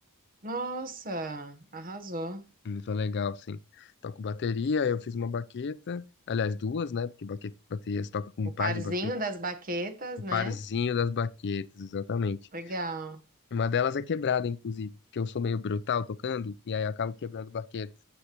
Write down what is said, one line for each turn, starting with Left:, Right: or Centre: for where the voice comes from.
Right: Nossa, arrasou.
Left: Muito legal, sim. Toco bateria, eu fiz uma baqueta. Aliás, duas, né? Porque baque- bateria se toca com
Right: O
Left: um par
Right: parzinho
Left: de baquetas.
Right: das baquetas,
Left: O
Right: né?
Left: parzinho das baquetas, exatamente.
Right: Legal.
Left: Uma delas é quebrada, inclusive, porque eu sou meio brutal tocando, e aí eu acabo quebrando baqueta.